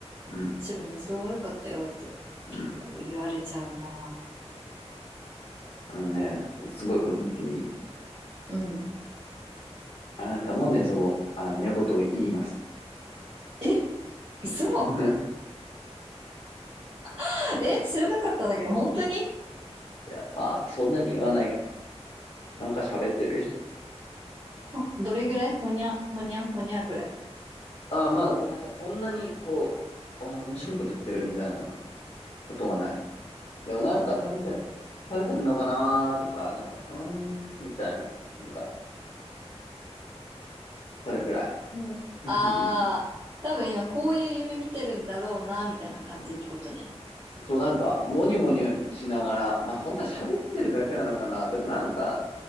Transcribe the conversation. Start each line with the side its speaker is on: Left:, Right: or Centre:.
Left: うん、
Right: 白寝相悪かったよって結構言われちゃうな。
Left: うん。あのね、すごいこと言っていい
Right: うん。うん。
Left: あなたも寝相、あ、寝言を言います。
Right: え嘘
Left: <laughs>
Right: <laughs> え知らなかったんだけど、本当に
Left: いや、まあ、そんなに言わないけど、なんか喋ってる
Right: あどれぐらいほにゃ、ほにゃ、ほにゃぐらい。
Left: ああ、まあ、
Right: こ
Left: なんかそんなに、こう、あ、面白いこと言ってるみたいなことはない。
Right: う、うん。
Left: でもなんか食べて、食べてんのかなーとか、なんか、うーん、みたいな。なんか、それくらい。
Right: うん、ああ、
Left: <laughs>
Right: 多分今こういう夢見てるんだろうな、みたいな感じってことね。
Left: そう、なんか、もにもにしながら、まあ、本当は喋ってるだけなのかな。でもなんか、